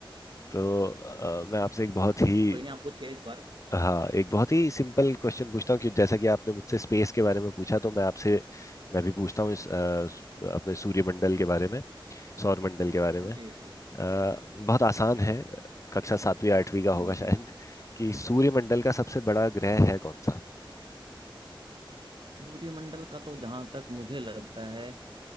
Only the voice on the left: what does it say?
तो अ, मैं आपसे एक बहुत ही
हाँ एक बहुत ही सिंपल क्वेश्चन पूछता हूँ कि जैसा कि आपने मुझसे स्पेस के बारे में पूछा तो मैं आपसे मैं भी पूछता हूँ इस अ, अपने सूर्यमंडल के बारे में सौर मंडल के बारे में
अ,
बहुत आसान है कक्षा सातवीं आठवीं का होगा
शायद कि सूर्यमंडल का सबसे बड़ा ग्रह है कौन सा